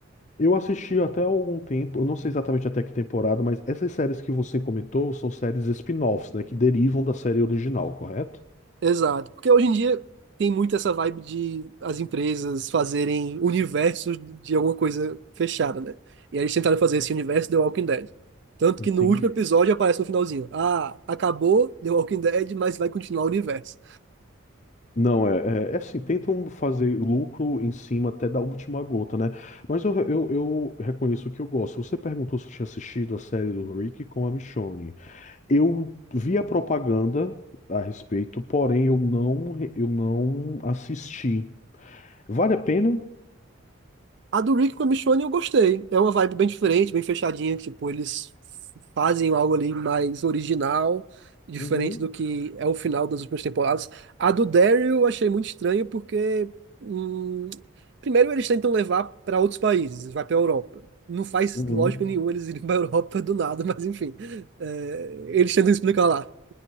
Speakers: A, on the left; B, on the right.
A: Eu assisti até algum tempo, eu não sei exatamente até que temporada, mas essas séries que você comentou são séries spin-offs, né? Que derivam da série original, correto?
B: Exato, porque hoje em dia tem muito essa vibe de as empresas fazerem universos de alguma coisa fechada, né? E aí eles tentaram fazer esse universo The Walking Dead. Tanto
A: Entendi.
B: que no último episódio aparece no finalzinho: Ah, acabou The Walking Dead, mas vai continuar o universo.
A: Não, é, é, é assim, tentam fazer lucro em cima até da última gota, né? Mas eu, eu, eu reconheço que eu gosto. Você perguntou se eu tinha assistido a série do Rick com a Michonne. Eu vi a propaganda a respeito, porém eu não, eu não assisti. Vale a pena?
B: A do Rick com a Michonne eu gostei. É uma vibe bem diferente, bem fechadinha. que, Tipo, eles fazem algo ali mais original, diferente
A: Uhum,
B: do que é o final das últimas temporadas. A do Daryl eu achei muito estranho porque, hum, primeiro, eles tentam levar para outros países, vai para a Europa. Não faz
A: uhum.
B: lógica nenhuma eles irem para a Europa do nada, <laughs> mas enfim, é, eles tentam explicar lá.